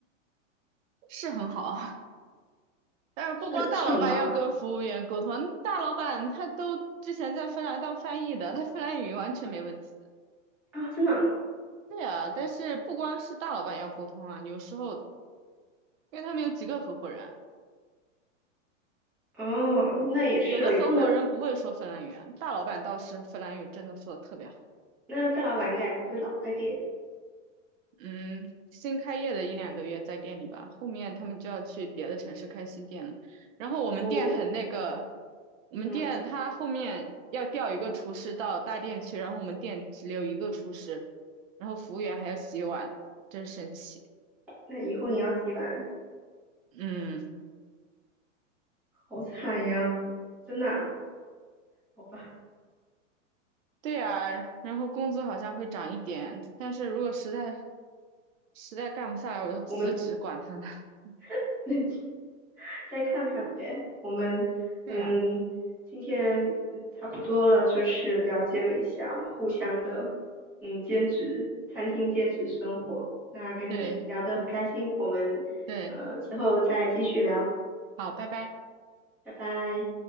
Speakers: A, on the right; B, in the centre.
A: 是很好啊。<laughs> 但是不光大老板要跟服务员沟通，
B: 是是很好
A: 大老板他都之前在芬兰当翻译的，他芬兰语完全没问题。
B: 啊，真的啊
A: 对啊，但是不光是大老板要沟通啊，有时候因为他们有几个合伙人，
B: 哦，那也是哦，
A: 有的合伙人不会说芬兰语啊，
B: 也不能，
A: 大老板倒是芬兰语真的说的特别好。
B: 那大老板应该也不会老在店里
A: 嗯，新开业的一两个月在店里吧，后面他们就要去别的城市开新店了。然后我们店很那个，
B: 不，
A: 我们店他后面要调一个厨师到大店去，
B: 嗯，
A: 然后我们店只有一个厨师，然后服务员还要洗碗，真神奇。
B: 那以后你要洗碗，
A: 嗯，
B: 好惨呀，真的啊好吧，
A: 对呀，然后工资好像会涨一点，但是如果实在实在干不下来，我就辞职，
B: 我们
A: 管他呢。<laughs>
B: <laughs> 自再看看呗。我们嗯，
A: 对呀，
B: 今天嗯差不多了，就是了解了一下我们互相的嗯兼职餐厅兼职生活。那跟你聊得很开心，
A: 对
B: 我们呃之后再继续聊，
A: 对，好，拜拜。
B: 拜拜。